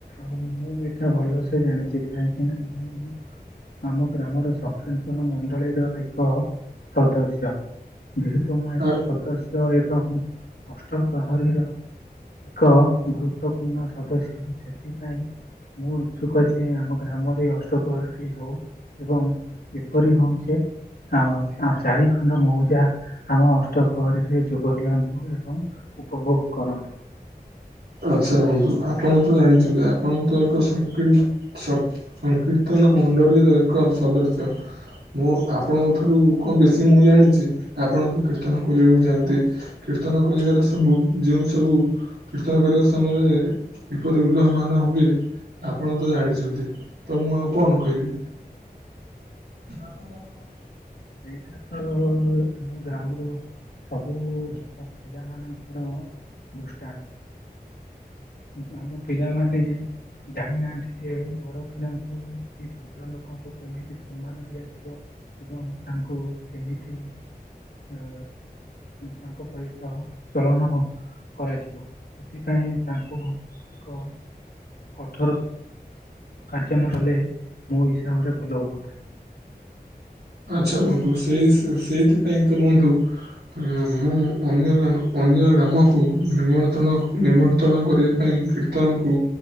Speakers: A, on the left (about 70°); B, on the right (about 80°).
A: ଆଉ ମୁଁ ଏଇଟା ଭଲସେ ଜାଣିଛି କାହିଁକି ନା ମୁଁ ଆମ ଗ୍ରାମର ସଖକ୍ସନ ମଣ୍ଡଳୀର ଏକ ସଦସ୍ୟ। ଯେହେତୁ ମୁଁ ଏକ
B: ଆ
A: ସଦସ୍ୟ ଏବଂ ଅଷ୍ଟ ପ୍ରହରୀର ଏକ ଗୁରୁତ୍ୱପୂର୍ଣ୍ଣ ସଦସ୍ୟ ସେଥିପାଇଁ ମୁଁ ଇଚ୍ଛୁକ ଯେ ଆମ ଗ୍ରାମରେ ଅଷ୍ଟପ୍ରହର ଟି ହଉ। ଏବଂ ଏପରି ହଉଯେ ଆ ଚାରି ଖଣ୍ଡ ମଉଜା ଆମ ଅଷ୍ଟପହରୀରେ ଯୋଗ ଦିଅନ୍ତୁ ଏବଂ ଉପଭୋଗ୍ କରନ୍ତୁ।
B: ଆଚ୍ଛା ବନ୍ଧୁ ଆପଣ ତ ଜାଣିଛନ୍ତି ଆପଣ ତ ଏକ ସଂକିର୍ଣ୍ଣ ସ ସଂକୀର୍ତ୍ତନ ମଣ୍ଡଳୀର ଏକ ସଦସ୍ୟ। ମୁଁ ଆପଣଙ୍କ ଠାରୁ କଣ ବେଶୀ ମୁଁ ଜାଣିଛି ଆପଣ ତ କୀର୍ତ୍ତନ କରିବାକୁ ଯାଆନ୍ତି। କୀର୍ତ୍ତନ କରିବାର ସବୁ ଯୋଉ ସବୁ କୀର୍ତ୍ତନ କରିବା ସମୟରେ କିପରି ଉଲ୍ଲଂଘନ ହୁଏ। ଆପଣ ତ ଜାଣିଛନ୍ତି ତ ମୁଁ ଆଉ କଣ କହିବି। <unintelligible>
A: ସେଇଟା ତ ଆମ ଗ୍ରାମ ର ସବୁ ଲୋକ ପିଲା ମାନଙ୍କର ଦୃଷ୍ଟାନ୍। କିନ୍ତୁ ଆମ ପିଲାମାନେ ଜାଣିନାହାନ୍ତି। ସେ ବଡ଼ ପିଲାଙ୍କୁ କି ବୃଦ୍ଧ ଲୋକଙ୍କୁ କେମିତି ସମ୍ମାନ ଦିଆଯିବ ଏବଂ ତାଙ୍କୁ କେମିତି ଅ ତାଙ୍କ ସହିତ ଚଳନ କରାଯିବ ସେଥିପାଇଁ ତାଙ୍କୁ ଏକ କଠୋର କାର୍ଯ୍ୟ ନ କଲେ ମୋ ହିସାବରେ ଭଲ ହୁଅନ୍ତା।
B: ଆଚ୍ଛା ବନ୍ଧୁ ସେଇ ସେଇଥିପାଇଁ ତ ବନ୍ଧୁ ହଁ ମୁଁ ଅନ୍ୟ ମା ଅନ୍ୟ ଗ୍ରାମକୁ ନିମ୍ରଣ ନିମନ୍ତ୍ରଣ କରିବା ପାଇଁ କିର୍ତ ର୍ତ୍ତନକୁ